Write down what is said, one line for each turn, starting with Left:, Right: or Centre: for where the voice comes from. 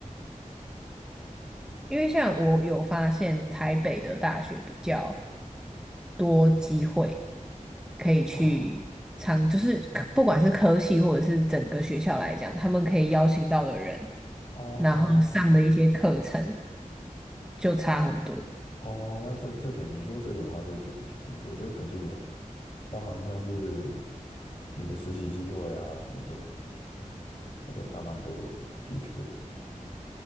Centre: 因为像我有发现台北的大学比较。多机会可以去尝，
Left: 哦
Centre: 就是科不管是科系或者是整个学校来讲，他们可以邀请到的人，
Left: 哦
Centre: 然后上的一些课程就差很多，
Left: 哦，那这这点你说这点的话就，觉我觉得肯定有，包含像是你的实习机会啊什么的，那个差蛮多的，的确。